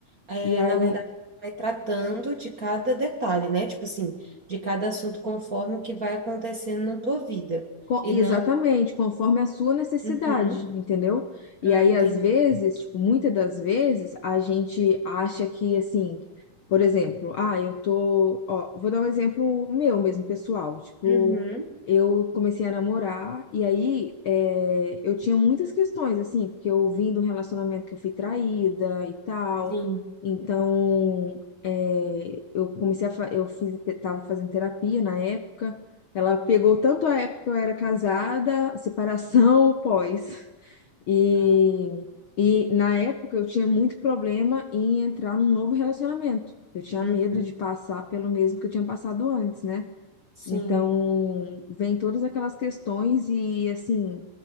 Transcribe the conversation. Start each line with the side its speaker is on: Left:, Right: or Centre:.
Right: É,
Left: E aí
Right: na verdade, vai tratando de cada detalhe, né? Tipo assim, de cada assunto conforme o que vai acontecendo na tua vida.
Left: Co-
Right: E
Left: Exatamente,
Right: não.
Left: conforme a sua necessidade,
Right: Uhum.
Left: entendeu? E
Right: Ah,
Left: aí,
Right: entendi.
Left: às vezes, tipo, muitas das vezes, a gente acha que, assim, por exemplo, ah, eu tô, ó, vou dar um exemplo meu mesmo, pessoal. Tipo,
Right: Uhum.
Left: eu comecei a namorar e aí é, eu tinha muitas questões, assim, porque eu vim de um relacionamento que eu fui traída e tal,
Right: Sim.
Left: então, é, eu comecei a, fa- eu fiz, tava fazendo terapia na época, ela pegou tanto a época que eu era casada, separação,
Right: Uhum.
Left: pós. E,
Right: Ah,
Left: e na época eu tinha muito problema em entrar num novo relacionamento. Eu tinha
Right: uhum.
Left: medo de passar pelo mesmo que eu tinha passado antes, né?
Right: Sim.
Left: Então, vem todas aquelas questões e, assim,